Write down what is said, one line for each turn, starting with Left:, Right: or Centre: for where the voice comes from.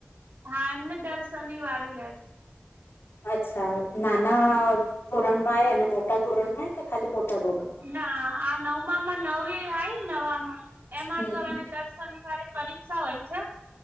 Right: હા એમને દર શનિવારે લે
Left: અચ્છા નાના ધોરણમાં એ અને મોટા ધોરણ માં એ કે ખાલી મોટા ધોરણ?
Right: ના આ નવમાંમાં નવી આવી નવામાં એમાં
Left: હમ
Right: તો એને દ શનિવારે પરીક્ષા હોય છે